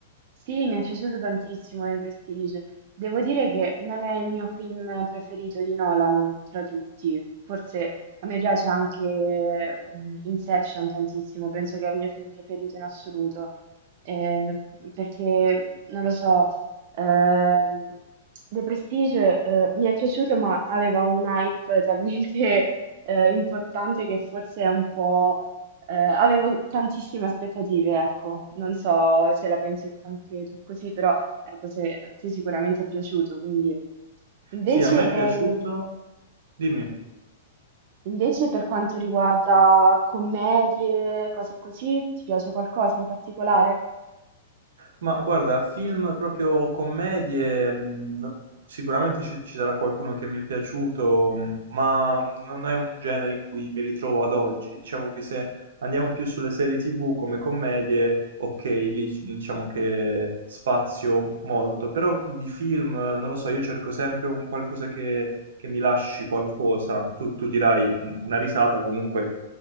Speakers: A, on the right (about 40°); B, on the right (about 80°).
A: Sì, mi è piaciuto tantissimo il Prestige. Devo dire che non è il mio film preferito di Nolan tra tutti. Forse a me piace anche mm, Inception tantissimo, penso che è il mio film preferito in assoluto. Eh, perché non lo so, ehm, The Prestige eh, mi è piaciuto, ma aveva un hype talmente <laughs> eh, importante che forse è un po' Eh, avevo tantissime aspettative, ecco, non so se la pensi anche tu così, però ecco, se a te sicuramente è piaciuto, quindi invece,
B: Sì, a me è piaciuto. Dimmi.
A: invece per quanto riguarda commedie, cose così, ti piace qualcosa in particolare?
B: Ma guarda, film proprio commedie, mh, sicuramente ci, ci sarà qualcuno che mi è piaciuto, mh, ma non è un genere in cui mi ritrovo ad oggi. Diciamo che se andiamo più sulle serie TV come commedie, ok, lì c- diciamo che spazio molto, però di film, eh, non lo so, io cerco sempre un qualcosa che, che mi lasci qualcosa. Tu, tu dirai "Mm, una risata, comunque